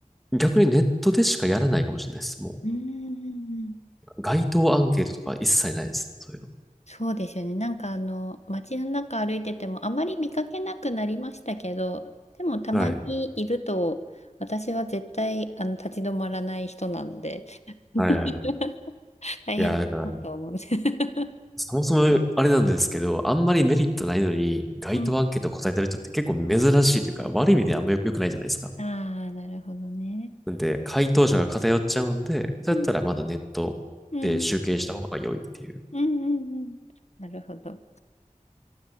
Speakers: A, in the centre; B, on the left (about 55°).
A: 逆にネットでしかやらないかもしれないです。も
B: うーん、
A: う、街頭アンケートとか一切ないですね。そういう
B: そうですよね。なんかあの、街の中歩いててもあまり見かけなくなりましたけど、でもたまにいると、
A: の。はい。
B: 私は絶対あの立ち止まらない人なので。<laughs>
A: はいはいはい。
B: 大変だなと思う。
A: いや、だから、
B: <laughs>
A: そもそもあれなんですけど、あんまりメリットないのに、街頭アンケート答えてる人って結構珍しいというか、
B: うん。
A: 悪い意味であんまり良くないじゃないですか。
B: ああ、なるほどね。
A: なんで、回答者が偏っちゃうんで、だったらまだネットで集計した方が良いっていうんで
B: うん。うん。うん。うん。うんなるほど。